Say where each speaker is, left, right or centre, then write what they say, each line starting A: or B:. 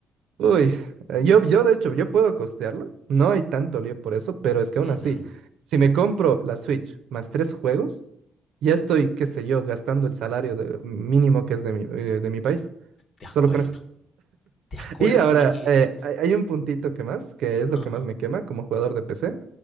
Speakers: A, on the right; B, on the left.
A: Uy, eh, yo, yo de hecho, yo puedo costearlo. No hay tanto lío por eso, pero es que aún
B: Ujú,
A: así, si me compro la Switch más tres juegos. Ya estoy, qué sé yo, gastando el salario de- mínimo que es de mi, eh, de mi país,
B: De acuerdo.
A: solo con eso.
B: De acuerdo,
A: Y ahora,
B: imagínate.
A: eh, hay hay un puntito que más, que es lo
B: Ajá,
A: que más me quema como jugador de PC,